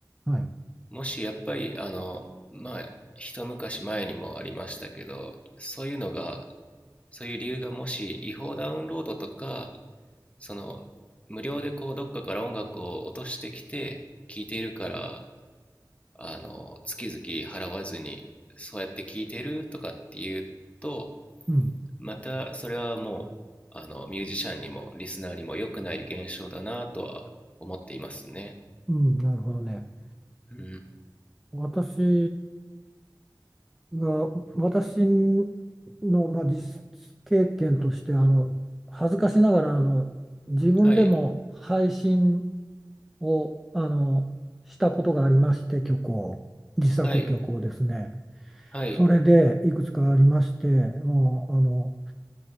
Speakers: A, in the centre; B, on the left.
A: はい
B: もしやっぱりあのまあ一昔前にもありましたけどそういうのがそういう理由がもし違法ダウンロードとかその無料でこうどっかから音楽を落としてきて聴いているからあの、月々払わずに、そうやって聞いてるとかって言うと、
A: うん
B: またそれはもう、あの、ミュージシャンにもリスナーにも良くない現象だなとは思っていますね。
A: うんなるほどね
B: うん。
A: 私が私の、まあ、実経験としてあの恥ずかしながらあの自分でも配信
B: はい、
A: をあのしたことがありまして曲を自作曲をですね
B: はい、はい、
A: それでいくつかありましてもうあの